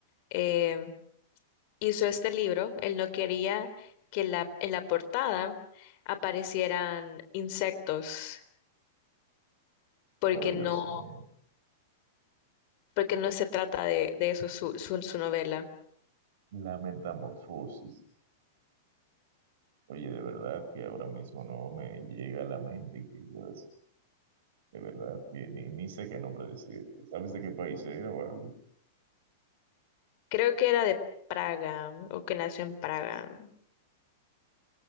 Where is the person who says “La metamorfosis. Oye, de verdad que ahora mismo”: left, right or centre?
Right